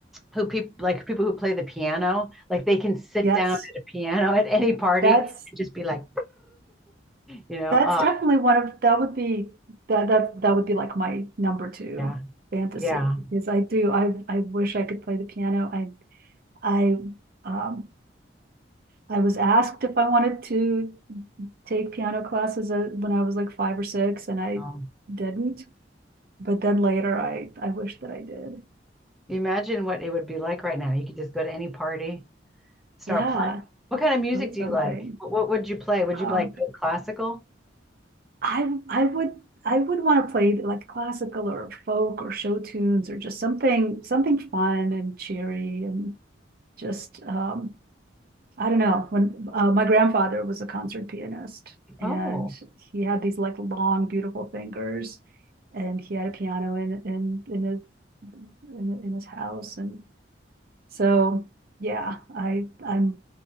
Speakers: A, in the centre; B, on the right.
A: who people like people who play the piano. Like they can sit
B: Yes,
A: down at a piano at any party
B: that's
A: and just be like, you know,
B: That's
A: uh,
B: definitely one of that would be that that that would be like my number two
A: yeah,
B: fantasy
A: yeah.
B: because I do I I wish I could play the piano. I I um I was asked if I wanted to take piano classes uh, when I was like five or six and I
A: Um,
B: didn't. But then later I I wish that I did.
A: imagine what it would be like right now. You could just go to any party, start
B: Yeah,
A: playing. What kind of music
B: play something.
A: do you like? What, what would you play? Would
B: Um
A: you like classical?
B: I I would I would want to play like classical or folk or show tunes or just something something fun and cheery and just, um, I don't know, when, uh, my grandfather was a concert pianist and
A: Oh.
B: he had these like long, beautiful fingers and he had a piano in, in, in his, in, in his house. And so, yeah, I, I'm